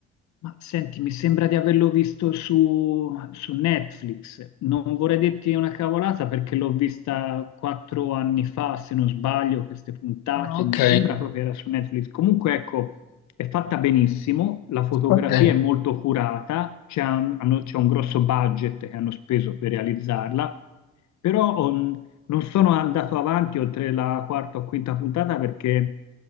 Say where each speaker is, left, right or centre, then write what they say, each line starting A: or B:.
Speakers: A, on the left; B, on the left.
A: ma senti, mi sembra di averlo visto su, su Netflix. Non vorrei dirti una cavolata perché l'ho vista quattro anni fa, se non sbaglio, queste puntate.
B: Ah, ok,
A: Mi sembra proprio era su Netflix. Comunque, ecco, è fatta benissimo, la fotografia
B: ok.
A: è molto curata, c'è un, hanno- c'è un grosso budget che hanno speso per realizzarla, però oh, non sono andato avanti oltre la quarta o quinta puntata perché